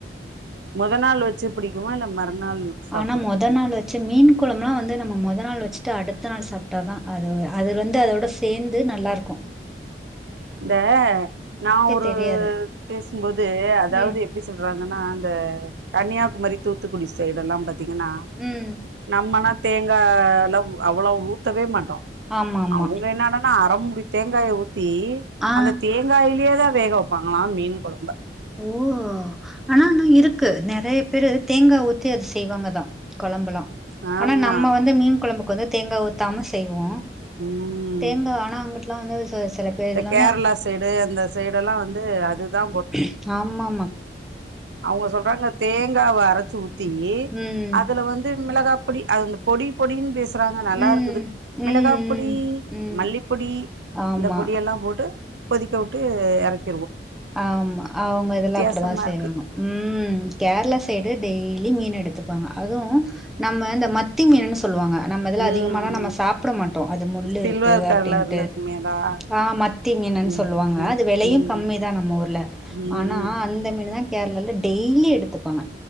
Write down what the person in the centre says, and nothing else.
ஆனா மொத
நாள் வச்சம் மீன் கொலம்லா வந்து நம்ம மொத நாள் வச்சிட்டு அடுத்த நாள் சாப்ட்டா தா அதவு அதர் வந்து அதோட சேந்து நல் அ ருக்கு
தெரியாது.
ம்.
ம்.
ஆமாமா.
ஆ.
ஓ ஆனா நா இருக்கு நெறையப் பிரு தேங்கா ஊத்தி அத் செய்வாங்க தா கொலம்பலா
அனா நம்ம வந்து மீன் கொலம்பு கொந்து தேங்கா ஊத்தாம செய்வோ
தேங்கா ஆனா அங்குட்லா வந்து அது செல பே
இதுல
<unintelligible> ஆமம்மா
ம்.
ம்
ம் ம்
ம்
ஆமா
ஆம்மா அவுங்க இதுலா
அப்புடுதா செய்வாங்க
ம் கேர்ளா சைடு டெய்லி மீன் எடுத்துப்பாங்க அது நம்ம இந்த மத்தி மீனுன்னு சொல்லுவாங்க நம்ம இதுல
அதிகமால்லா நம்ம
சாப்புட மாட்டோ அது முள்ளு
இருக்கு
அப்டின்ட்டு
ஆ மத்தி மீ என்னன்
சொல்லுவாங்க
அது வெலையு
கம்மி தா நம்ம ஊர்ல
ஆனா
அந்த மீனு தா கேர்ளால டெய்லி எடுத்துப்பாங்க